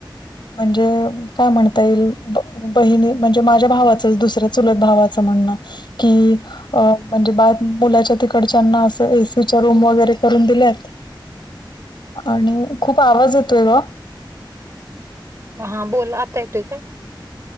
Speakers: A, on the left; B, on the right.
A: म्हणजे काय म्हणता येईल ब बहिणी म्हणजे माझ्या भावाचच दुसर चुलत भावाचं म्हणनं कि अ म्हणजे बा मुलांच्या तिकडच्यांना असं ए सी च्या रूम वगैरे करून दिल्यात आणि खूप आवाज येतोय ग.
B: हां बोल आता येतोय का?